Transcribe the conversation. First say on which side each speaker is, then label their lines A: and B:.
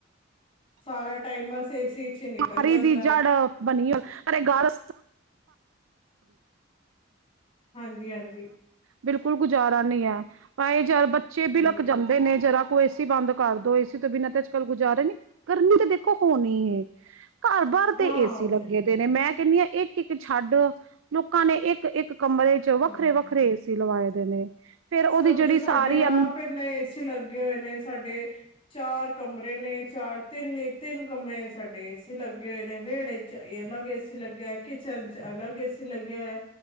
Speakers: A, on the left (about 25°); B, on the right (about 85°).
A: ਸਾਰਾ ਟਾਈਮ ਬਸ ਏ-ਸੀ ਚ ਹੀ ਨਿਕਲ
B: ਬਿਮਾਰੀ
A: ਜਾਂਦਾ
B: ਦੀ ਜੜ ਬਣੀ ਪਰ ਗਾਰਾਂ।
A: ਹਾਂਜੀ-ਹਾਂਜੀ।
B: ਬਿਲਕੁਲ। ਗੁਜ਼ਾਰਾ ਨਹੀਂ ਹੈ, ਭਾਾਈ ਯਾਰ ਬੱਚੇ ਵੀ
A: ਹਮ
B: ਲਕ ਜਾਂਦੇ ਨੇ ਜਰਾ। ਏ-ਸੀ ਬੰਦ ਕਰਦੋ, ਏ-ਸੀ ਤੋਂ ਬਿਨਾਂ ਤੇ ਗੁਜਾਰੇ ਨੇ ਕਰਨੀ ਤਾ ਦੇਖੋ ਹੋਨੀ ਏ ਘਰ-ਬਾਰ
A: ਹਾਂ
B: ਤੇ ਏਸੀ
A: ਉਹ
B: ਲੱਗੇ
A: ਤੇ
B: ਦੇ ਨੇ ਮੈਂ ਕਹਿੰਦੀ ਆ, ਇੱਕ-ਇੱਕ ਛੱਡ ਲੋਕਾਂ ਨੇ ਇੱਕ-ਇੱਕ ਕਮਰੇ ਚ ਵੱਖਰੇ
A: ਹਾਂ,
B: ਵੱਖਰੇ ਏਸੀ ਲਵਾਏ ਦੇ ਨੇ ਫੇਰ ਉਹਦੀ
A: ਸਭ
B: ਜਿਹੜੀ
A: ਦੇ ਸਾਡੇ
B: ਸਾਰੀ
A: ਆਪ
B: ਅੰ
A: ਇਨਾ ਏਸੀ ਲੱਗੇ ਹੋਏ ਨੇ ਸਾਡੇ। ਚਾਰ ਕਮਰੇ ਨੇ, ਚਾਰ ਤਿੰਨ ਤਿੰਨ ਕਮਰੇ ਚ ਸਾਡੇ ਏਸੀ ਲੱਗੇ ਹੋਏ ਨੇ, ਵਿਹੜੇ ਚ ਅਲੱਗ ਏਸੀ ਲੱਗਿਆ ਹੈ, ਕਿਚਨ ਚ ਅਲੱਗ ਏਸੀ ਲੱਗਿਆ ਹੈ